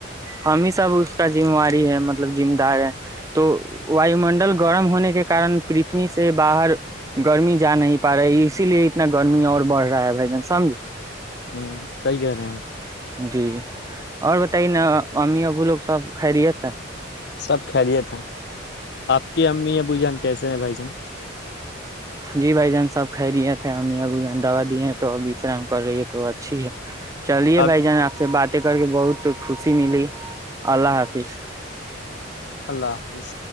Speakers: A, on the right; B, on the left.
A: ہم ہی سب اس کا موار مطلب م دار ہے تو وای منڈل گرم ہونے کے کن پرتھوی سے باہر گرمی جا نہیں پا رہی اسی لیے اتنا گرمی اور بڑھ رہا ہے بھ جان سمج
B: ہوں صحی کہہ رہے ہیں ہم
A: جی اور بتائیے نا امی ابو لوگ سب خھرییت اچھا
B: سب خیریت ہے آپ کی امی یا بو جان کیسے ہیں بھائی جان
A: جی بھائی جان سب کھرییے تھے ا ا ب جان دوا دیے ہیں تو ابشرام کر رہی ہے تو اچھی ہے چلیے
B: اب
A: بھائی جان آپ سے باتیں کر کے بہت خوشی ملی اللہ حافظ
B: اللہ حافظ